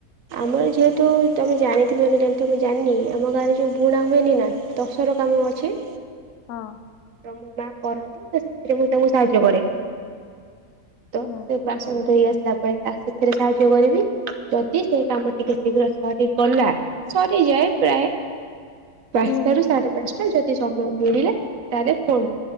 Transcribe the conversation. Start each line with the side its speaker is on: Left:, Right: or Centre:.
Right: ଆମର ଯେହେତୁ ତମ ଜାଣିଥିବେ ନ ଜାଣିଥିବ ମୁଁ ଜାଣିନି ଆମ ଗାଁରେ ଯୋଉ ବୁଣା ହୁଏନି ନା ଟସର କାମ ଅଛି?
Left: ହଁ।
Right: ତ ମୋ ମା କରନ୍ତି ତ ସେଥିରେ ମୁଁ ତାଙ୍କୁ ସାହାଯ୍ୟ କରେ। ତ
Left: ହୁଁ।
Right: ସେ ବାସନ ଧୋଇଆସିଲା ପରେ ତା ସେଥିରେ ସାହାଯ୍ୟ କରିବି ଯଦି ସେ କାମଟିକେ ଶୀଘ୍ର ସରିଗଲା ସରିଯାଏ ପ୍ରାୟ ପାଞ୍ଚଟାରୁ
Left: ହୁଁ
Right: ସାଢେ ପାଞ୍ଚଟା ଯଦି ସମୟ ମିଳିଲା ତାହେଲେ ଫୋନ